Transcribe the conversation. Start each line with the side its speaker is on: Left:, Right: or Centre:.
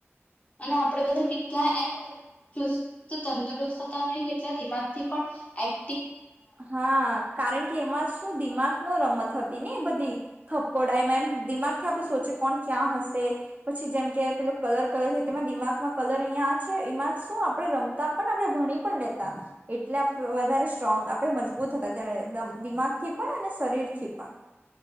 Left: અને આપણેે બધા કેટલા એમ ચુસ્ત તંદુરસ્ત હતા અને કેટલા દિમાગથી પણ એક
Right: હા કારણ એમાં શું દિમાગ ન રમત હતી, ને બધી થપકોડા એમાંમ દિમાગ થી આપણે સોચે કોણ ક્યાં હશે પછી જેમ કે પેલું કલર કલર થ તેના દિમાગમાં કલર અહિયાં આ છે, એમાં શું આપડે રમતા પણ આપણે ભણી પણ લેતા એટલે વધારે સ્ટ્રોંગ આપ મજબૂત હતા ત્યારે દિમાગથી પણ અને શરીર થી પણ